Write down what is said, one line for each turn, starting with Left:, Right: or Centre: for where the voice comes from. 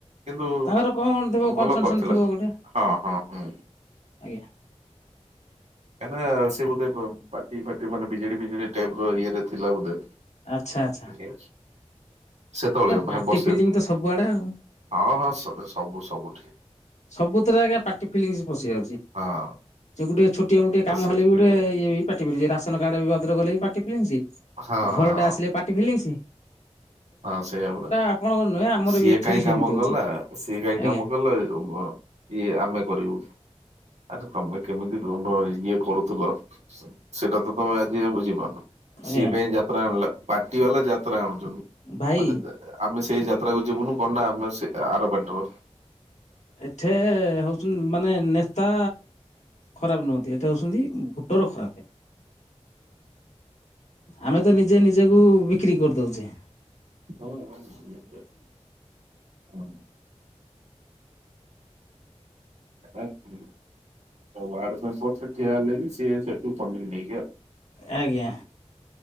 Right: କିନ୍ତୁ
Left: ତାଙ୍କର କଣ ଥିବ କନସନସନ୍
Right: ଭଲ କରିଥିଲା
Left: ଥିବ ଗୋଟେ
Right: ହଁ ହଁ ହୁଁ।
Left: ଆଜ୍ଞା।
Right: କାହିଁନା ସେ ବୋଧେ ପାର୍ଟି ଫାର୍ଟି ମାନେ ବିଜେଡି ବିଜେଡି ଟାଇପ ର ଇଏରେ ଥିଲା ବୋଧେ।
Left: ଆଛା ଆଛା।
Right: କିଏ ଅଛି। ସେତେବେଳେ ମାନେ
Left: ପାର୍ଟି
Right: ବର୍ଷେ
Left: ଫିଲିଙ୍ଗ
Right: ହଁ
Left: ତ ସବୁଆଡ଼େ ଆଉ
Right: ହଁ ଅ ସ ସବୁ ସବୁଠି।
Left: ସବୁଥିରେ ଆଜ୍ଞା ପାଟି ଫିଲିଙ୍ଗସ ପଶି ଯାଉଚି।
Right: ହଁ।
Left: ଯୋଉ ଗୋଟେ ଛୋଟିଆ ମୋଟିଆ
Right: ତ
Left: କାମ
Right: ସେଥିପାଇଁ
Left: ହେଲେ ବି ଗୋଟେ ଏ ବି ପାଟି ଫିଲି ରାସନ କାର୍ଡ ଭଦ୍ରଖଗଲେ ବି ପାଟି ଫିଲିଂସ
Right: ହଁ
Left: ଘର
Right: ହଁ
Left: ଟେ ଆସିଲେ ପାଟି ଫିଲିଙ୍ଗ୍ସ।
Right: ହଁ ସେଇଆ ପରା
Left: ଆପଣଙ୍କର ନୁହେଁ ଆମର
Right: ସିଏ
Left: ବି ଏଠି
Right: କାହିଁ
Left: ବି
Right: କାମ
Left: ସେମିତି ହଉଛି
Right: କଲା ସିଏ କାହିଁ
Left: ଆଜ୍ଞା
Right: କାମ କଲା ଇଏ ଆମେ କରିବୁ ଆରେ ତମେ କେମିତି ରୁମ୍ ଇଏ କରୁଥିଲ। ସେ ସେଇଟା ତ ତମେ ଆଜି ବୁଝିପାରୁନ।
Left: ଆଜ୍ଞା
Right: ସିଏ କାଇଁ ଯାତ୍ରା ଆଣିଲା ପାଟି ବାଲା ଯାତ୍ରା ଆଣୁଚନ୍ତି
Left: ଭାଇ
Right: ମାନେ ଅ ଆମେ ସେଇ ଯାତ୍ରା କୁ ଯିବୁନୁ କଣ ନା ଆମେ ସେ ଆର ପାଟିର।
Left: ଏଠେ ହୋଉଚନ୍ତି ମାନେ ନେତା ଖରାପ ନୁହନ୍ତି, ଏଇଟା ଉଛନ୍ତି ଭୋଟର ଖରାପ। ଆମେ ତ ନିଜେ ନିଜକୁ ବିକ୍ରି କରିଦେଉଚେ।
Right: ହଁ ହଁ ନିଶ୍ଚୟ ହଁ। ଆତ୍ ୱାଡ ମେମ୍ୱର ସେଠି ହେଲିବି ସିଏ ସେଠୁ ପାନିରି ନେଇକି ଆସିବ।
Left: ଆଜ୍ଞା